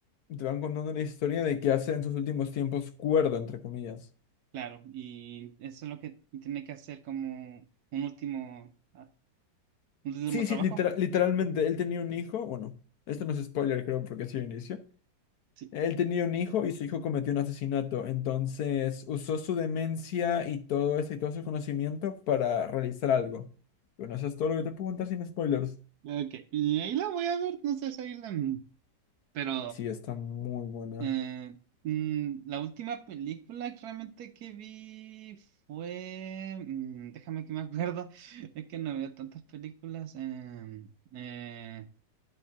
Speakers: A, on the left; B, on the right.
A: te van contando la historia de que hace en sus últimos tiempos cuerdo, entre comillas.
B: claro, y eso es lo que tiene que hacer como un último, ah, un último
A: Sí,
B: trabajo.
A: sí, litera- literalmente, él tenía un hijo. Bueno, esto no es spoiler, creo, porque así inicio.
B: Sí,
A: Él tenía un hijo y su hijo cometió un asesinato. Entonces, usó su demencia y todo eso y todo su conocimiento para realizar algo. Bueno, eso es todo lo que te puedo contar sin spoilers.
B: ok. Y ahí la voy a ver, no sé si ahí la... Pero
A: Sí, está muy buena.
B: Eh, mm, la última película que realmente que vi fue, mm, déjame que me acuerdo, <laughs> es que no veo tantas películas. em, eh,